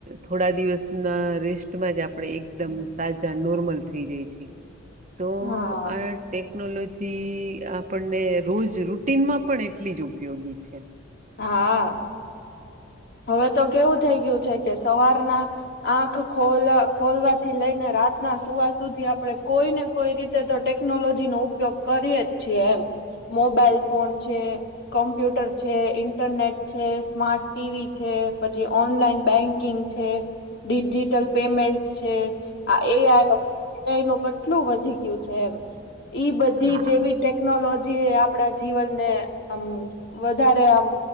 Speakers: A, on the right; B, on the left.
A: થોડા દિવસના રેસ્ટમાં જ આપણેે એકદમ સાજા નોર્મલ થઈ જાય છે. તો
B: હા
A: આ ટેકનોલોજી આપ પણને રોજ રૂટીનમાં પણ એટલી જ ઉપયોગી છે.
B: હા. હવે તો કેવું થઈ ગયું છે કે સવારના આંખ ખો ખોલવાથી લઈને રા રાતના સુવા સુધી આપણે કોઈ ને કોઈ રીતે તો ટેકનોલોજી નો ઉપયોગ કરીય જ છીએ એમ. મોબાઈલ ફોન છે, કોમ્પ્યુટર છે, ઇન્ટરનેટ છે, સ્માર્ટ ટીવી છે પછી ઓનલાઈન બેંકિંગ છે ડિજિટલ પેમેન્ટ છે. આ એઆઈ હવે એઆઈ નું કેટલું વધી ગયું છે. ઈ બધી
A: હા.
B: જેવી ટેકનોલોજી આપડા જીવનને આમ વધારે આમ